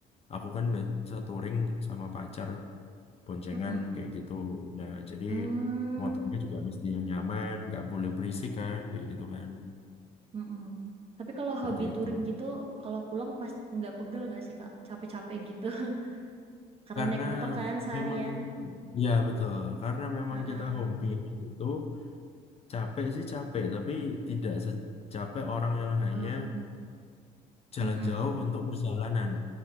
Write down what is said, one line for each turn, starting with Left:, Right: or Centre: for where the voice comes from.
Left: aku kan biasa touring sama pacar boncengan
Right: Mm-mm.
Left: kayak gitu. Nah, jadi
Right: Hmm,
Left: motornya juga mesti yang nyaman, nggak boleh berisik kan, kayak gitu kan,
Right: mm-mm. Tapi kalau
Left: seperti
Right: hobi
Left: itu.
Right: touring gitu, kalau pulang pas nggak pegel nggak sih Kak? Capek-capek gitu. <laughs> Karena
Left: Karena
Right: naik motor kan seharian.
Left: memang ya betul, karena memang
Right: Heeh.
Left: kita hobi itu capek sih capek, tapi tidak secapek orang yang hanya
Right: Eh,
Left: jalan
Right: mm-mm.
Left: jauh untuk perjalanan.